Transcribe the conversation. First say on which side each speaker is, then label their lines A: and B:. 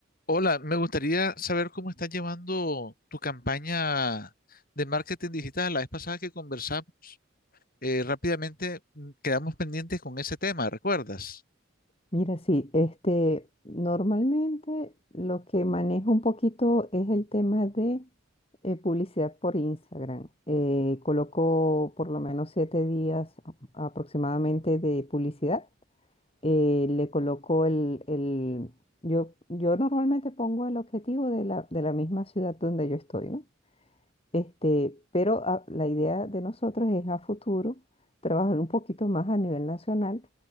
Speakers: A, on the left; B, on the left.
A: Hola, me gustaría saber cómo estás llevando tu campaña de marketing digital. La vez pasada que conversamos, eh, rápidamente mm, quedamos pendientes con ese tema, ¿recuerdas?
B: Mira, sí, este, normalmente lo que manejo un poquito es el tema de eh, publicidad por Instagram. Eh, coloco por lo menos siete días a- aproximadamente de publicidad. Eh, le coloco el, el- yo, yo normalmente pongo el objetivo de la, de la misma ciudad donde yo estoy, ¿no? Este, pero a- la idea de nosotros es a futuro trabajar un poquito más a nivel nacional